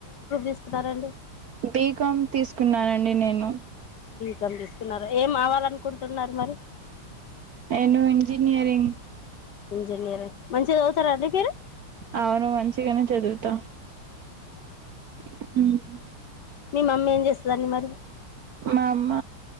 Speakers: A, on the left (about 55°); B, on the right (about 60°).
A: తీసుకున్నారండి
B: బీకామ్ తీసుకున్నానండి నేను
A: బీకం తీసుకున్నారా ఏం అవాలనుకుంటున్నారు మరి
B: నేను ఇంజనీరింగ్
A: ఇంజనీరా మంచిగా చదువుతారండి మీరు
B: అవును మంచిగనే చదువుతా మా
A: మీ మమ్మీ ఏం చేస్థాదండి మరి
B: మా అమ్మ